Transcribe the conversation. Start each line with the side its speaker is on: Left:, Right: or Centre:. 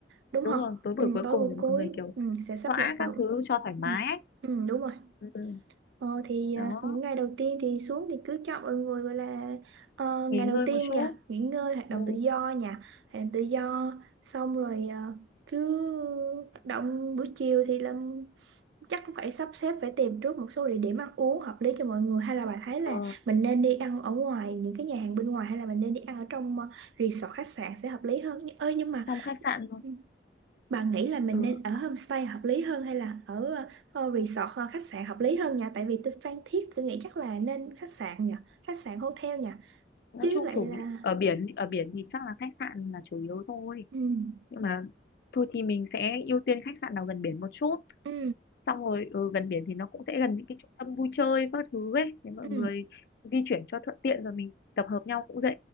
Right: đúng
Left: đúng
Right: không
Left: rồi tối buổi
Right: ừ,
Left: cuối
Right: tối
Left: cùng
Right: buổi
Left: để mọi
Right: cuối
Left: người kiểu
Right: ừ, sẽ sắp
Left: xõa
Right: lịch vào
Left: các thứ cho thoải mái
Right: ừ,
Left: ấy.
Right: ừ, đúng rồi
Left: Ừ, ừ,
Right: ờ, thì
Left: đó
Right: à, những ngày đầu tiên thì xuống thì cứ cho mọi người gọi là ờ, ngày
Left: nghỉ ngơi
Right: đầu tiên
Left: một chút
Right: nhỉ nghỉ ngơi hoạt
Left: ừ,
Right: động tự do nhỉ hoạt động tự do xong rồi à, cứ hoạt động buổi chiều thì làm chắc cũng phải sắp xếp phải tìm trước một số địa điểm ăn uống hợp lý cho mọi người hay là bà thấy
Left: ờ,
Right: là mình nên đi ăn ở ngoài những cái nhà hàng bên ngoài hay là mình nên đi ăn ở trong ờ, resort khách sạn sẽ hợp lý hơn Nh- ơi nhưng mà
Left: trong khách sạn luôn
Right: ừ, bà nghĩ là mình
Left: ừ,
Right: nên ở homestay hợp lý hơn hay là ở ờ, ờ, resort ờ, khách sạn hợp lý hơn nhỉ tại vì tôi Phan Thiết tôi nghĩ chắc là nên khách sạn nhỉ khách sạn hotel nhỉ
Left: nói
Right: chứ
Left: chung
Right: lại
Left: chủ
Right: là
Left: bị- ở biển ở biển thì chắc là khách sạn là chủ yếu thôi
Right: ừ
Left: nhưng mà thôi thì mình sẽ ưu tiên khách sạn nào gần biển một chút
Right: ừ
Left: xong rồi ừ, gần biển thì nó cũng sẽ gần những cái trung tâm vui chơi các thứ ấy để mọi người
Right: ừ
Left: di chuyển cho thuận tiện rồi mình tập hợp nhau cũng dễ